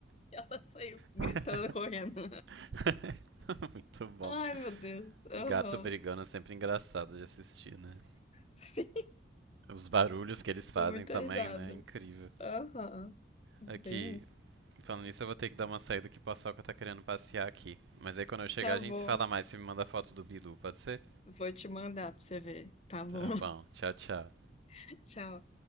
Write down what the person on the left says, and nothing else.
Ela saiu gritando,
correndo.
Ai, meu Deus. Aham.
<laughs> Sim,
dou muita
risada.
Aham. Bem
isso.
Tá
bom.
Vou te mandar pra você ver. Tá bom.
<laughs> Tchau.